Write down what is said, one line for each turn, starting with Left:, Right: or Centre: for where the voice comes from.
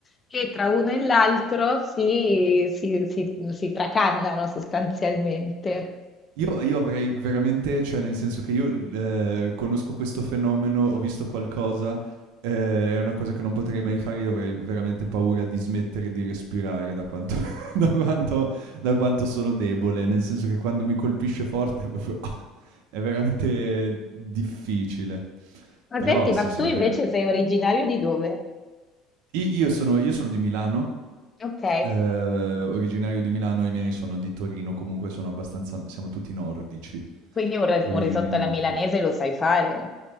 Left: che tra uno e l'altro si, si- si- si tracannano sostanzialmente.
Right: Io io avrei veramente cioè nel senso che io l ehm, conosco questo fenomeno, ho visto qualcosa, ehm, è una cosa che non potrei mai fare, io avrei veramente paura di smettere di respirare da quanto <laughs> da quanto da quanto sono debole, nel senso che quando mi colpisce forte <laughs> proprio ah, è veramente difficile.
Left: Ma
Right: Però
Left: senti, ma
Right: sì,
Left: tu
Right: sono
Left: invece
Right: vera
Left: sei originario di dove?
Right: i io sono io sono di Milano,
Left: Ok,
Right: ehm, originario di Milano, i miei sono di Torino, comunque sono abbastanza siamo tutti nordici,
Left: quindi un, ri-
Right: origini
Left: un risotto
Right: nordiche.
Left: alla milanese lo sai fare?